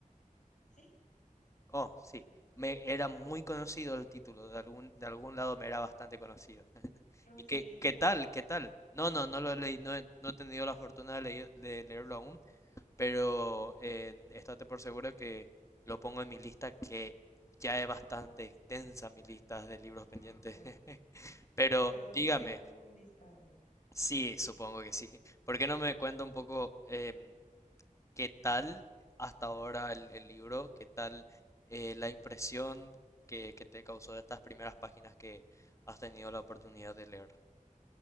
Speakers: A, on the left; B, on the left.
A: ¿sí?
B: Oh, sí. Me era muy conocido el título, de algún de algún lado me era bastante conocido. <laughs>
A: ¿Lo
B: ¿Y
A: has
B: qué
A: leído?
B: qué tal? ¿Qué tal? No, no, no lo leí, no he, no he tenido la fortuna de, leer- de leerlo aún, pero eh, estate por seguro que lo pongo en mi lista, que ya es bastante extensa mi lista de libros
A: Por
B: pendientes.
A: favor.
B: <laughs> Pero
A: Yo
B: dígame,
A: tengo un listado.
B: sí, supongo que sí. ¿Por qué no me cuenta un poco em, qué tal hasta ahora el, el libro? ¿Qué tal eh, la impresión que, que te causó estas primeras páginas que has tenido la oportunidad de leer?